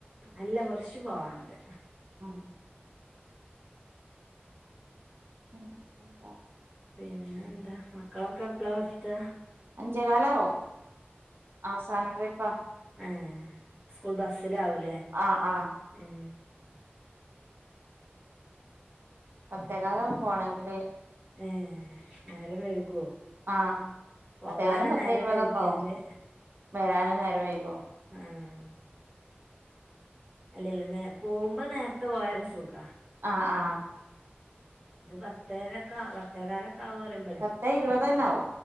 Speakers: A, on the right (about 20°); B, on the right (about 70°).
A: അല്ലകൊറച്ച് പോവാണ്ട്
B: ആഹ് ആഹ്
A: പിന്നെന്താ മക്കളൊക്കെ എപ്പളായെത്ത
B: അഞ്ചേകാലാവവുംഅവസാന ട്രിപ്പാ
A: ഏഹ്സ്കൂൾബസ്സിലാവൂലേ
B: ആഹ് ആഹ്
A: ആഹ്
B: പത്തെകാലെകും പോകണെങ്കില്
A: ഏഹ് നേരം വൈകോ
B: ആഹ്
A: പോവാന്
B: പത്തേകാലും പത്തേ
A: നേരംവൈക്യാല്
B: ഇരുപതൊക്കെ ആവും വരാനും നേരം വൈകും
A: ആഹ് അല്ലെലുംനേപോവുമ്പോ നേരത്തെപോയാരുസുഖ
B: ആഹ് ആഹ്
A: ഇത് പത്തെരൊക്കെ പത്തേകാലൊക്കെവുംപറയും
B: പത്തെഇരുവതെന്നാവും